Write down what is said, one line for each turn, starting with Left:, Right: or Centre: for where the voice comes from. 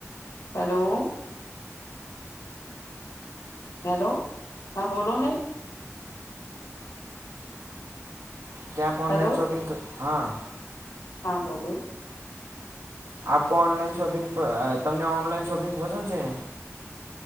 Left: હેલો. હેલો, હા બોલોને.
Right: ક્યા આપ ઓનલાઇન
Left: હેલો
Right: શોપિંગ ક હા.
Left: હા બોલો
Right: આપકો ઓનલાઈન શોપિંગ અહ તમને ઓનલાઈન શોપિંગ પસંદ છે.